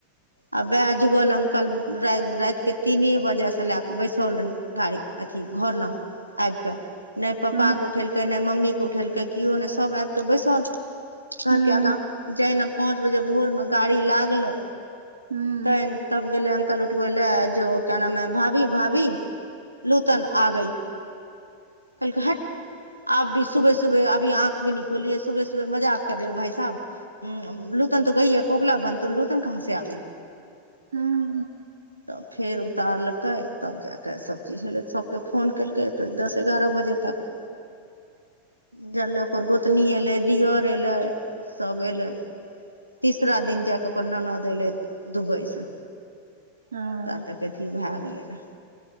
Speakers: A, on the right; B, on the right.
A: आ वए जुगल अकलाति। के तीने बजे से लऽ कऽ बैसल रहै गाड़ी अथी घर लो आबि कऽ। नहि पप्पकेउठेलकै
B: हूँ
A: नहि मम्मीके उठेलकै केओ नहि सभ आबि कऽ बैसल।
B: हूँ
A: घरकेगा जना पाँच बजे भोर मे गाड़ी लागले
B: हूँ
A: ते। तब गेलै अंकल उठबै लए जो कऽ नामे भाभी भाभी। लूतन आ गई कलहट। आब भी सुबह सुबह अभी आँख भऽ न खोली सुबह सुबह मजा आ कर रहेौ भइ साहब। हू लुतन तो गईए कोकला बन। तो तन कह से आबे
B: हूँ
A: तब फेर उतारलकै। तब जा कऽ सभचीज भेललै सभके फोन केलकै फेर दस एगारह बजे तक। झलै ओकर गोतनी अयलै दुआ अलै सभ अयलै। तीसरा दिन जा कऽ ओकर ननद एले दुबई से
B: हूँ
A: त तक। कथी भऽ गेलै रहए